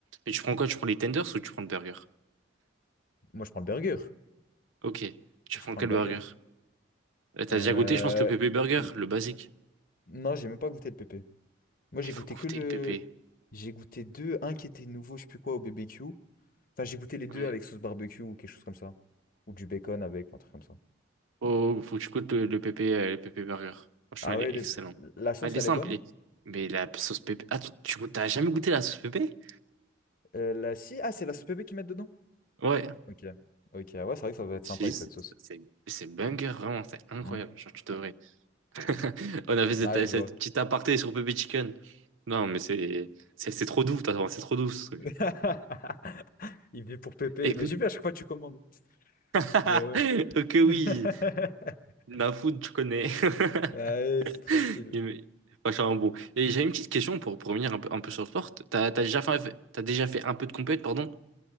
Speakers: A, on the right; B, on the left.
A: Mais tu prends quoi? Tu prends les tenders ou tu prends le burger?
B: Moi, je prends le burger.
A: Ok. Tu
B: Je
A: prends
B: prends
A: quel
B: le burger.
A: burger? Euh, T'as
B: Euh,
A: déjà goûté, je pense, le pépé burger,
B: l-
A: le basique.
B: Non, j'ai même pas goûté le pépé. Moi, j'ai
A: Ah, Il
B: goûté
A: faut goûter
B: que le.
A: le pépé.
B: J'ai goûté deux. Un qui était nouveau, je sais plus quoi, au BBQ. Enfin, j'ai goûté les deux
A: Ouais.
B: avec sauce barbecue ou quelque chose comme ça. Ou du bacon avec, un truc comme ça.
A: Oh, faut que tu goûtes le, le pépé, euh, le pépé burger. Franchement,
B: Ah
A: il
B: ouais,
A: est
B: les-
A: excellent.
B: la sauce,
A: Ah, il
B: elle
A: est simple,
B: est bonne?
A: il est- mais la sauce pépé. Ah, tu, tu goûtes- t'as jamais goûté la sauce pépé?
B: Euh, la... Si, ah, c'est la sauce pépé qu'ils mettent dedans?
A: Ouais.
B: Ok. Ok, ouais, c'est vrai que ça va être
A: Je
B: sympa
A: te dis,
B: avec
A: C'est
B: cette sauce.
A: c'est- c'est banger, vraiment, c'est incroyable.
B: Mm.
A: Genre, tu devrais. <laughs> On avait cette,
B: Ouais, je
A: cette
B: vois.
A: petite aparté sur pépé chicken. Non, mais c'est c'est c'est trop doux, t'as- c'est trop doux ce truc.
B: <laughs> Il vit pour pépé.
A: Écoute.
B: Mais j'ai vu à chaque fois que tu commandes.
A: <laughs>
B: Mais ouais.
A: Ok, oui.
B: <laughs>
A: La food, tu connais. <laughs>
B: Allez, c'est tranquille.
A: Il- Vachement bon. Et j'ai une petite question pour, pour revenir un peu, un peu sur le sport. T'as, t'as déjà fait, t'as déjà fait un peu de compète, pardon?